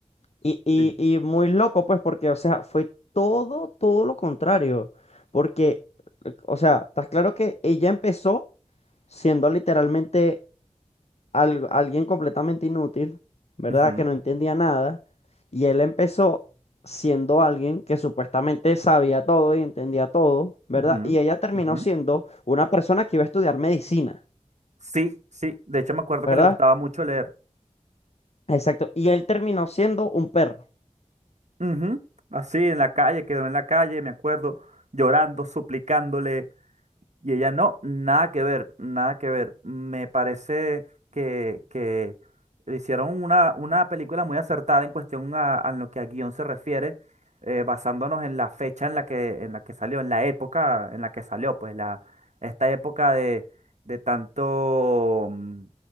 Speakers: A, on the left; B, on the right.
A: y, y,
B: sí.
A: y muy loco, pues, porque, o sea, fue todo, todo lo contrario, porque O sea, estás claro que ella empezó siendo literalmente al- alguien completamente inútil, ¿verdad?
B: Ujú,
A: Que no entendía nada. Y él empezó siendo alguien que supuestamente sabía todo y entendía todo, ¿verdad?
B: ujú,
A: Y ella terminó
B: ujú.
A: siendo una persona que iba a estudiar medicina,
B: Sí, sí, de hecho me acuerdo
A: ¿verdad?
B: que le gustaba mucho leer.
A: Exacto. Y él terminó siendo un perro.
B: Ujú, Así en la calle, quedó en la calle, me acuerdo, llorando, suplicándole. Y ella, no, nada que ver, nada que ver. Me parece que, que hicieron una, una película muy acertada en cuestión a, a lo que a guión se refiere, eh, basándonos en la fecha en la que, en la que salió, en la época en la que salió, pues la, esta época de, de tanto, mm,